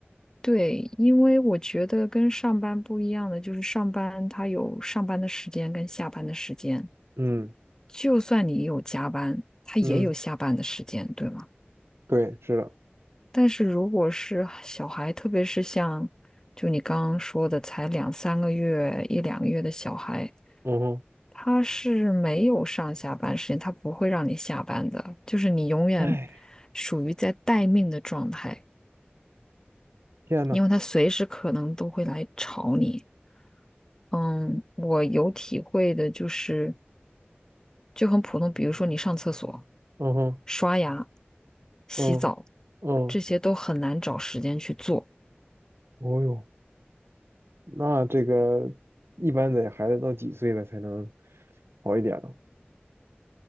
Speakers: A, on the left; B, on the right.
A: 对，因为我觉得跟上班不一样的就是上班他有上班的时间跟下班的时间，
B: 嗯
A: 就算你有加班，他也有下班的时间，
B: 嗯，
A: 对吗？
B: 对，是的，
A: 但是如果是小孩，特别是像就你刚刚说的才两三个月、一两个月的小孩，
B: 嗯哼，
A: 他是没有上下班时间，他不会让你下班的，就是你永远
B: 哎。
A: 属于在待命的状态，
B: 天呐，
A: 因为他随时可能都会来吵你。嗯，我有体会的就是，就很普通，比如说你上厕所、
B: 嗯哼，
A: 刷牙、洗澡，
B: 嗯嗯，
A: 这些都很难找时间去做。
B: 哦哟，那这个一般得孩子到几岁了才能好一点呢？